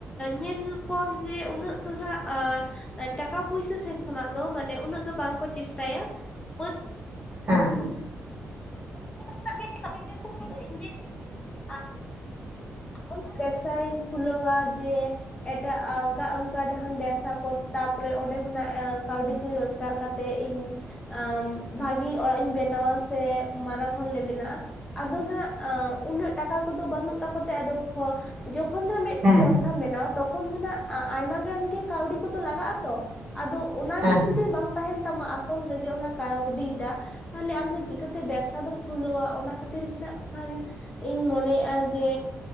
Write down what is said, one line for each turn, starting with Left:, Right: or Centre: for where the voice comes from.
Left: ᱧᱮᱞ ᱠᱚᱢ ᱡᱮ ᱩᱱᱟᱹᱜ ᱫᱚ ᱦᱟᱜ-ᱟᱜ ᱴᱟᱠᱟ ᱯᱩᱭᱥᱟ ᱥᱮᱱ ᱠᱷᱚᱱᱟᱜ ᱫᱚ, ᱢᱟᱱᱮ ᱩᱱᱟᱹᱜ ᱫᱚ ᱵᱟᱝᱠᱚ ᱪᱮᱥᱴᱟᱭᱟ ᱵᱟᱹᱫᱽ
Right: ᱦᱮ <inaudible>
Left: ᱤᱤᱥ <unintelligible> <unintelligible> ᱟᱨ ᱚᱱᱟ ᱵᱮᱵᱽᱥᱟᱭᱤᱧ ᱠᱷᱩᱞᱟᱹᱣᱟ ᱡᱮ ᱮᱴᱟᱜᱟᱜ ᱚᱱᱠᱟ ᱡᱟᱦᱟᱱ ᱵᱮᱵᱥᱟ ᱠᱚ, ᱛᱟᱯᱚᱨᱮ ᱚᱸᱰᱮ ᱠᱷᱚᱱᱟᱜ ᱠᱟᱹᱣᱰᱤ ᱠᱚ ᱨᱚᱡᱽᱜᱟᱨ ᱠᱟᱨ ᱠᱟᱛᱮᱜ ᱤᱧ, ᱟᱸ ᱵᱷᱟᱜᱤ ᱚᱲᱟᱜ ᱤᱧ ᱵᱮᱱᱟᱣᱟ ᱥᱮ ᱢᱟᱨᱟᱝ ᱦᱚᱲᱞᱮ ᱵᱮᱱᱟᱜ-ᱟ᱾ ᱟᱫᱚ ᱱᱟᱦᱟᱜ ᱩᱱᱟᱹᱜ ᱴᱟᱠᱟ ᱠᱚᱫᱚ ᱵᱟᱹᱱᱩᱜ ᱛᱟᱠᱚ ᱛᱮ, ᱟᱫᱚ ᱡᱚᱠᱷᱚᱱ
Right: ᱦᱮᱸ
Left: ᱵᱮᱵᱥᱟ ᱵᱮᱱᱟᱣᱼᱟ᱾ ᱛᱚᱠᱷᱚᱱ ᱫᱚ ᱱᱟᱜ ᱟᱭᱢᱟ ᱜᱟᱱ ᱜᱮ, ᱠᱟᱹᱣᱰᱤ ᱠᱚᱛᱚ ᱞᱟᱜᱟᱜ-ᱟ ᱛᱚ, ᱟᱫᱚ ᱚᱱᱟᱜᱮ
Right: ᱦᱮᱸ
Left: ᱡᱩᱫᱤ ᱵᱟᱝ ᱛᱟᱦᱮᱱ ᱛᱟᱢᱟ ᱟᱥᱚᱞ ᱨᱮᱜᱮ, ᱚᱱᱟ ᱠᱟᱹᱣᱰᱤ ᱴᱟᱜ ᱛᱟᱦᱚᱞᱮ ᱟᱢᱫᱚ ᱪᱤᱠᱟᱹᱛᱮ, ᱵᱮᱵᱥᱟ ᱫᱚᱢ ᱠᱷᱩᱞᱟᱹᱣᱟ ᱚᱱᱟ ᱠᱷᱟᱹᱛᱤᱨ ᱢᱮᱱᱟᱜ ᱠᱷᱟᱱ᱾ ᱤᱧ ᱢᱚᱱᱮᱭᱮᱜ-ᱟ ᱡᱮ